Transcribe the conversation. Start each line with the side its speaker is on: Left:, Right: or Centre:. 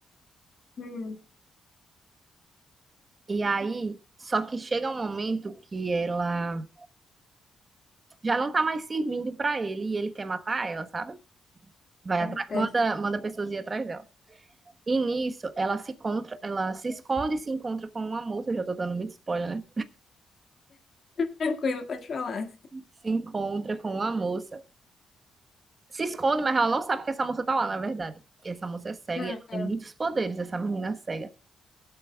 Left: Hum,
Right: E aí, só que chega um momento que ela já não tá mais servindo pra ele e ele quer matar ela, sabe? Vai
Left: eita.
Right: atrás, manda, manda pessoas ir atrás dela. E nisso, ela se encontra, ela se esconde e se encontra com uma moça. Eu já tô dando muito spoiler, né?
Left: Tranquilo, pode falar.
Right: Se encontra com uma moça se esconde, mas ela não sabe que essa moça tá lá, na verdade. E essa moça é cega,
Left: Hum,
Right: e ela tem muitos poderes, essa menina é cega.